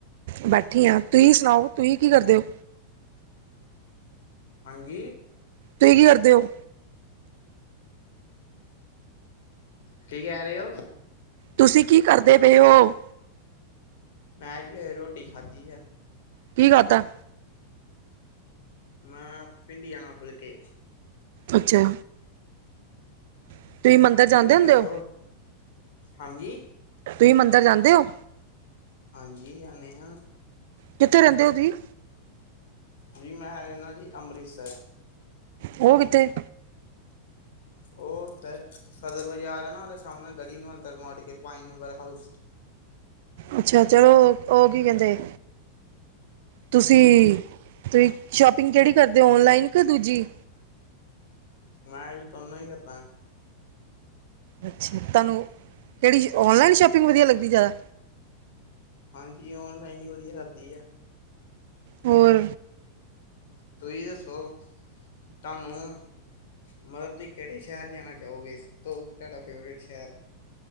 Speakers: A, on the right; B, on the left.
A: ਬੈਠੀ ਹਾ ਤੁਹੀਂ ਸੁਣਾਓ ਤੁਹੀ ਕੀ ਕਰਦੇ ੳ।
B: ਹਾਂਜੀ।
A: ਤੁਹੀਂ ਕੀ ਕਰਦੇ ਹੋ
B: ਕੀ ਕਹਿ ਰਹੇ ੳ।
A: ਤੁਸੀਂ ਕੀ ਕਰਦੇ ਪਏ ੳ।
B: ਮੈਂ ਵੀ ਰੋਟੀ ਖਾਧੀ ਆ।
A: ਕੀ ਖਾਦਾ।
B: ਮੈਂ ਭਿੰਡੀਆਂ ਨਾਲ ਫੁਲਕੇ।
A: ਅੱਛਾ। ਤੁਸੀਂ ਮੰਦਿਰ ਜਾਂਦੇ
B: ਤੁਂਹੀ
A: ਹੁੰਦੇ
B: ਦੱਸੋ
A: ਹੋ
B: ਹਾਂਜੀ।
A: ਤੁਹੀਂ ਮੰਦਰ ਜਾਂਦੇ ਹੋ।
B: ਹਾਂਜੀ ਜਾਨੇ ਹਾਂ।
A: ਕਿੱਥੇ ਰਹਿੰਦੇ ਉਹ ਤੁਹੀ।
B: ਜੀ ਮੈਂ ਰਹਿੰਨਾ ਜੀ ਅੰਮ੍ਰਿਤਸਰ।
A: ਉਹ ਕਿੱਥੇ।
B: ਉਹ ਸਦਰ ਬਾਜ਼ਾਰ ਆ ਨਾ ਉਹਦੇ ਸਾਹਮਣੇ ਗਲੀ ਨੂ ਅਦੰਰ ਵੜ ਕੇ ਪੰਜ ਨੰਬਰ ਹਾਊਸ
A: ਅੱਛਾ ਚਲੋ ਉਹ ਕੀ ਕਹਿੰਦੇ ਤੁਸੀਂ
B: ਹਾਂਜੀ
A: ਤੁਸੀਂ ਸ਼ੋਪਿੰਗ ਕਿਹੜੀ ਕਰਦੇ ਔ ਔਨਲਾਈਨ ਕਿ ਦੂਜੀ
B: ਮੈਂ ਜੀ ਦੋਨੋਂ ਈ ਕਰਦਾ ਐ
A: ਅਛਾ ਤੂਹਾਨੁ ਕਿਹੜੀ ਔਨਲਾਈਨ ਸ਼ੋਪਿੰਗ ਵਦੀਆ ਲੱਗਦੀ ਜ਼ਿਆਦਾ
B: ਹਾਂਜੀ ਔਨਲਾਈਨ ਹੀ ਵਦੀਆ ਲੱਗਦੀ ਐ
A: ਹੋਰ
B: ਤੁਸੀਂ ਦੱਸੋ ਤੁਹਾਨੂੰ ਮਤਲਬ ਤੁਸੀਂ ਕਿਹੜੇ ਸ਼ਹਿਰ ਜਾਨਾ ਚਾਹੋਗੇ ਸਭ ਤੋਂ ਤੁਹਾਡਾ ਫੇਵਰੇਟ ਸ਼ਹਿਰ